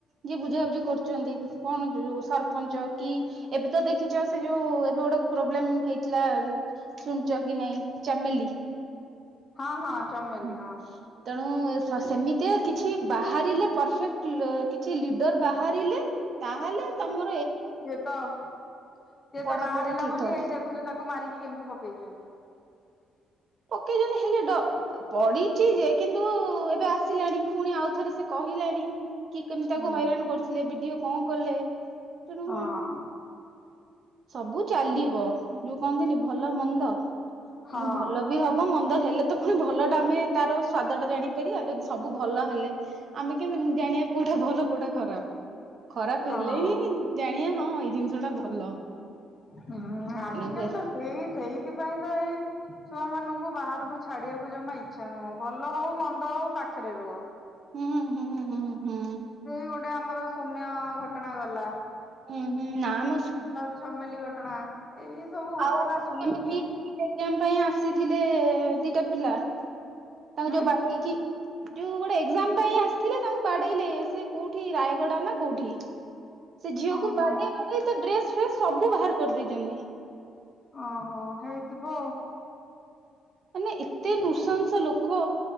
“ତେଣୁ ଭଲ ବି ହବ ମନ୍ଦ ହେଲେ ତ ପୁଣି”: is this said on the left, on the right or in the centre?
Right